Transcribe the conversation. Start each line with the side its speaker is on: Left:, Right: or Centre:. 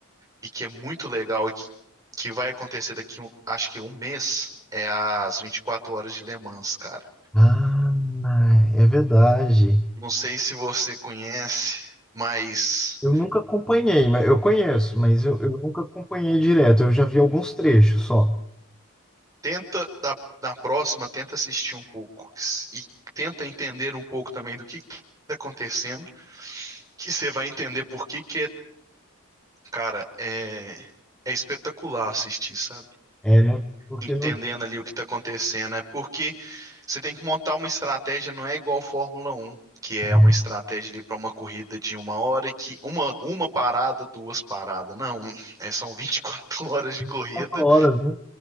Right: e que é muito legal e que, que vai acontecer daqui, um- acho que um mês, é as 24 horas de Le Mans, cara.
Centre: Ah, é verdade.
Right: Não sei se você conhece, mas
Centre: Eu nunca acompanhei, mas eu conheço, mas eu, eu nunca acompanhei direto. Eu já vi alguns trechos só.
Right: tenta da, na próxima, tenta assistir um pouco e tenta entender um pouco também do que está acontecendo, que você vai entender por que que é, cara, é, é espetacular assistir, sabe?
Centre: É, não, porque
Right: entendendo
Centre: não,
Right: ali o que está acontecendo. É porque você tem que montar uma estratégia, não é igual Fórmula Um, que é
Centre: não,
Right: uma estratégia ali para uma corrida de uma hora e que uma, uma parada, duas paradas. Não, <laughs> é, são 24 <laughs> horas de
Centre: 24
Right: corrida.
Centre: horas, né?